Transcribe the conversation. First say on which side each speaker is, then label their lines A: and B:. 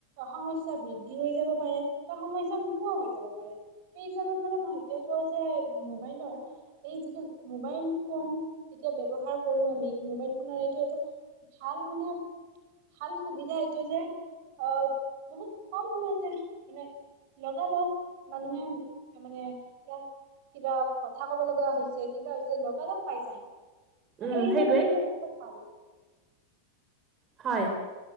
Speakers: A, on the right; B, on the right.
A: সমস্যা বৃদ্ধি হৈ যাব পাৰে বা সমস্যা নোহোৱা হৈ যাব পাৰে সেই হিচাপত মানে মই এতিয়া কওঁ যে মোবাইলৰ এই যিটো মোবাইল ফোন এতিয়া ব্যৱহাৰ কৰো আমি মোবাইল ফোনৰ এইটো এটা ভাল মানে, ভাল সুবিধা এইটো যে অ', বহুত কম সময়তে মানে লগালগ মানুহে মানে এ, কিবা কথা ক'ব লগা হৈছ ছে কিবা হৈছে লগালগ পাই যায় সেই
B: উম
A: হিচাপত
B: সেইটোৱে
A: মানে <unintelligible> ভাল।
B: হয়।